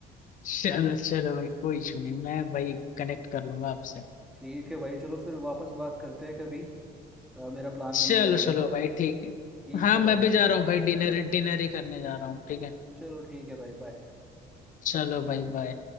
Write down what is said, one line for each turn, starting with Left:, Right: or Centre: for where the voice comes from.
Left: चलो चलो भाई कोई इशू नहीं मैं भाई कनेक्ट कर लूंगा आपसे
Centre: ठीक है भाई चलो फिर वापस बात करते हैं कभी अ, मेरा प्लान
Left: चलो
Centre: बन जाएगा
Left: चलो
Centre: जब
Left: भाई ठीक है
Centre: ठीक
Left: हाँ
Centre: है
Left: मैं
Centre: भाई
Left: भी जा रहा हूँ भाई डिनर डिनर ही करने जा रहा हूँ ठीक है
Centre: चलो ठीक है भाई बाय
Left: चलो भाई बाय